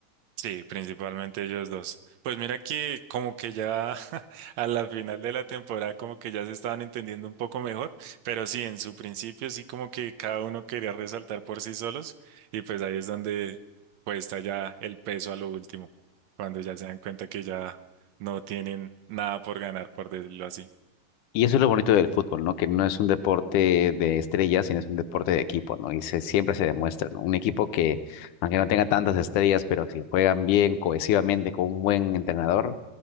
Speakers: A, on the right; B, on the left.
A: Sí, principalmente ellos dos. Pues mira que como que ya <laughs> a la final de la temporada como que ya se estaban entendiendo un poco mejor, pero sí, en su principio sí como que cada uno quería resaltar por sí solos y pues ahí es donde cuesta ya el peso a lo último, cuando ya se dan cuenta que ya no tienen nada por ganar, por decirlo así.
B: Y eso es lo bonito del fútbol, ¿no? Que no es un deporte de estrellas, sino es un deporte de equipo, ¿no? Y se, siempre se demuestra, ¿no? Un equipo que, aunque no tenga tantas estrellas, pero si juegan bien, cohesivamente, con un buen entrenador,